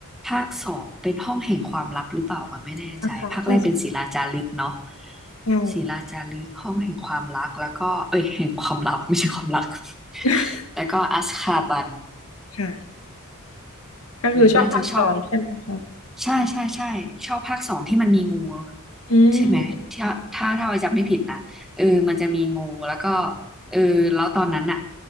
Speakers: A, in the centre; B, on the left (about 70°).
A: ภาคสองเป็นห้องแห่งความลับหรือเปล่าก็ไม่แน่ใจภาคแรกเป็นศิลาจารึกเนาะ
B: นะคะใช่ใช่
A: ศิลาจารึกห้องแห่งความรักแล้วก็เอ้ยแห่งความลับไม่ใช่ความรัก <laughs>
B: <laughs>
A: แล้วก็อัสคาบัน
B: ค่ะก็คือชอบภาคสองใช่ไหมคะ
A: อืมน่าจะชอบใช่ใช่ใช่ชอบภาคสองที่มันมีงู
B: อืม
A: ใช่ไหมที่ถ้าถ้าเราจำไม่ผิดนะเออมันจะมีงูแล้วก็ เออแล้วตอนนั้นอะ